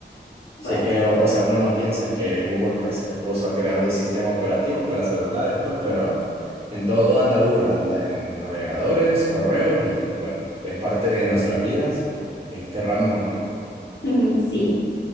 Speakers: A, on the left; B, on the right.
A: Bueno,
B: Si es que, o, o sea, uno no piensa que Google, pues, se puso a crear un sistema operativo para celulares, pues, pero en todo anda Google, anda en navegadores, correos y, bueno, es parte de nuestras vidas, eh, querramos o no.
A: <laughs> sí,